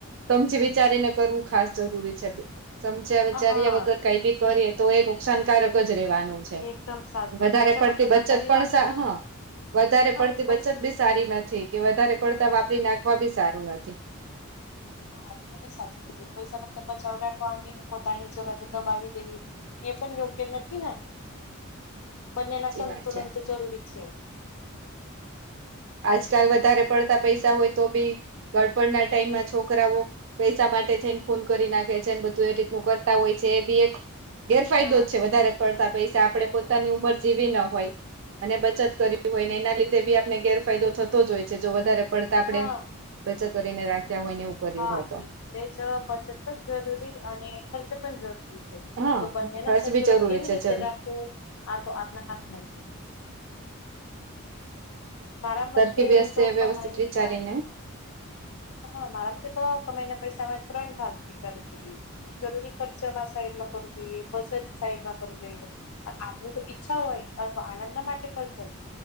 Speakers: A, on the right; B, on the left.
A: સમજી વિચારીને કરવું ખાસ જરૂરી છે. સમજ્યા
B: હા
A: વિચાર્યા વગર કઈ બી કરીએ તો એ નુકસાનકારક જ રેવાનું છે.
B: એકદમ સાચું
A: વધારે
B: પૈસા
A: પડતી
B: ફક્ત
A: બચત
B: બચાવી
A: પણ
B: રાખો
A: સા હ વધારે
B: હા
A: પડતી
B: પૈસા
A: બચત બી. સારી નથી કે વધારે પડતા વાપરી નાખવા બી સારું નથી.
B: હા તમે સાચું કીધું પૈસા ફકત બચાવી રાખવાની પોતાની જરૂરત દબાવી દેવી એ પણ યોગ્ય નથી ને બંનેના સંતુલન
A: એ વાત છે.
B: તો જરૂરી છે.
A: આજકાલ વધારે પડતા પૈસા હોય તો બી ગઢપણ ના ટાઈમમાં છોકરાઓ પૈસા માટે થઈને ખૂન કરી નાખે છે ને બધું એ રીતનું કરતા હોય છે એ બી એક ગેરફાયદો
B: હા
A: જ છે વધારે પળતા પૈસા આપણે
B: ગેરફાયદો
A: પોતાની
B: છે
A: ઉંમર જે. વે ના હોય અને બચત કરવી હોયને એના લીધે બી આપને ગેરફાયદો થતો જ હોય છે જો વધારે પડ તા આપણે
B: હા
A: બચત કરીને રાખ્યા હોયને એવું. કર્યું
B: હા
A: હોય તો
B: એટલે જ બચત પણ જરૂરી અને ખર્ચ પણ જરૂરી
A: હા
B: તો બંને
A: ખર્ચ
B: ના સંતુલન
A: બી જરૂરી
B: કેવી
A: છે
B: રીતે
A: જરૂર
B: રાખવું આ તો આપના હાથમાં જ હે. મારા મતે
A: <inaudible> સરખ બી
B: તો
A: <inaudible>
B: કમાઈના
A: વ્યવસ્થિત વિચારીને
B: હા મારા મતે તો કમાય ના પૈસામાં ત્રણ ભાગ વિચારવુ જોઈએ. જરૂરી ખર્ચામાં સાઈડમાં કરવું જોઈએ બચત સાઈડમાં કરવું જોઈએ. પણ આપણુ તો ઈચ્છા હોય અથવા આનંદ માટે ખર્ચો